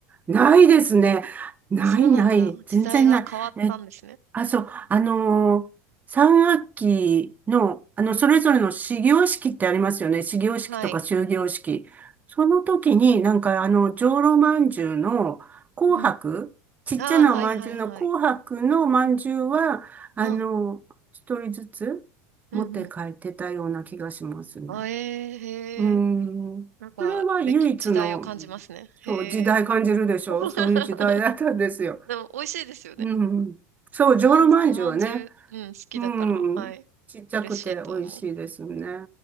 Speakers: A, on the right; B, on the right.
A: ないですね。ないない。
B: あ、そうなんだ。
A: 全然ない。
B: 時代が変わったんですね。
A: え、あ、そう、あのー、三学期の、あの、それぞれの始業式ってありますよね。始業式とか終業式。
B: はい。
A: その時に、なんか、あの、上炉まんじゅうの紅白、
B: うん。
A: ちっちゃなおまんじゅうの紅白のまんじゅうは、
B: ああ、はいはいはい。
A: あの、
B: あ、
A: 一人ずつ持って帰ってたような気がしますね。
B: うんうん。あ、ええへえ。
A: うん。
B: なんか、
A: それは唯一の、
B: べき、時代を感じますね。へえ。
A: そう、時代感じるでしょそういう時代だったんですよ。
B: <laughs> でも、美味しいですよね。
A: うん。そう、
B: おまんじ、
A: じょうろまんじゅうはね。
B: おまんじゅう、うん、好きだから、
A: う
B: はい。
A: ん。ちっちゃくて美味しいですよね。
B: 嬉しいと思う。